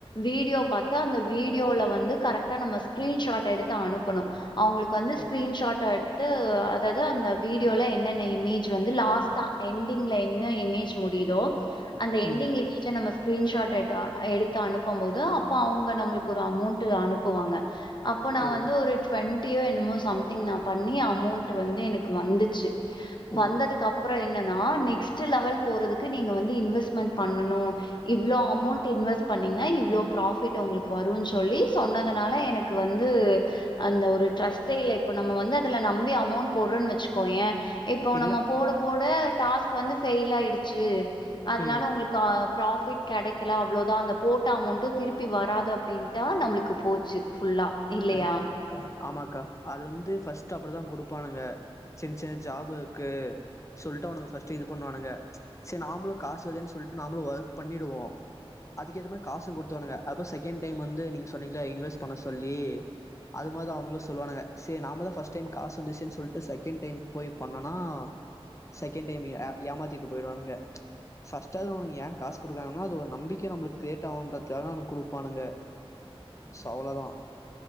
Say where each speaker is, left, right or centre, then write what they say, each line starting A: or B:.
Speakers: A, on the left; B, on the left.
A: வீடியோ பாத்து அந்த வீடியோல வந்து கரெட்டா நம்ம ஸ்கிரீன்ஷாட் எடுத்து அனுப்புனு அவுங்களுக்கு வந்து
B: ஓ
A: ஸ்கிரீன்ஷாட்டா எடுத்து அதாவது அந்த வீடியோல என்னென்ன இமேஜ் வந்து லாஸ்டா எண்டிங்ல என்ன இமேஜ் முடியுதோ அந்த எண்டிங்க
B: ம்
A: இமேஜ் நம்ம ஸ் க்ரீன்ஷாட் டேட்டா எடுத்து அ எடுத்து அனுப்பும்போது அப்ப அவுங்க நம்மளுக்கு ஒரு அமௌண்ட் அனுப்புவாங்க அப்போ நா
B: ஓ
A: வந்து ஒரு டுவண்டியோ என்னமோ சம்திங் நா பண்ணி அமௌண்ட் வந்து எனக்கு வந்துச்சு
B: ஓ
A: வந்ததுக்கு அப்புறோ என்ன னா நெக்ஸ்ட் லெவல் போறதுக்கு நீங்க வந்து இன்வெஸ்ட்மெண்ட் பண்னணோ இவ்ளோ அ அமௌண்ட் இன்வெஸ்ட் பண்ணீங்னா இவ்ளோ ப்ராஃபிட் உங்களுக்கு வருன் சொல்லி சொன்னதனால எனக்கு வந்து அந்த ஒரு ட்ரஸ்ட்டே இல்ல இப்ப நம்ம வந்து அதுல நம்பி அமௌண்ட் போட்றோன்னு வச்சுக்கோயே இப்போ
B: இல்ல
A: நம்ம போட போட டாஸ்க் வந்து ஃபெயில் ஆயிடுச்சு அதனால
B: ம்
A: உங்களுக்கு ஆ ப்ராபிட் கெடைக் லா அவ்ளோதா அந்த போட்ட அமௌண்டு திருப்பி வராது அப்படின்டா நம்ளுக்கு போச்சி ஃபுல்லா இல்லியா
B: கண்டிப்பாக்கா ஆமாக்கா அது வந்து ஃபர்ஸ்ட் அப்படிதா குடுப்பானுங்க சின்ன சின்ன ஜாப் இக்கு சொல்ட்டு அவுனுங் பஸ்ட் இது பண்ணுவானுக செரி நாமளோ காசு வருதேனு சொல்ட்டு நாமளோ ஒர்க் பண்ணிடுவோ அதுக்கு ஏத்த மாரி காசு குடுத்டுவானுங்க அப்ப செகண்ட் டைம் வந்து நீங்க சொன்னீங்ல்ல இன்வெஸ்ட் பண்ண சொல் லி அது மாரிதா அவுனுங்களு சொல்லுவானுங்க சேர் நாம தா பர்ஸ்ட் டைம் காசு வந்துச்சுன் சொல்ட்டு செகண்ட் டைம் போய் பண்னோன்னா செகெண்ட் டைம் ஏமாத்திட்டு போயிடுவானுங்க பர்ஸ்ட்டாவுது அவுனுங் ஏ காஸ் குடுக்ரானுங்கன்னா அது ஒரு நம்பிக்கைய நம்ளுக்கு கிரியேட் ஆவுன்றதுக்காகதா அவனுக குடுப்பானுங்க சோ அவ்ளோதா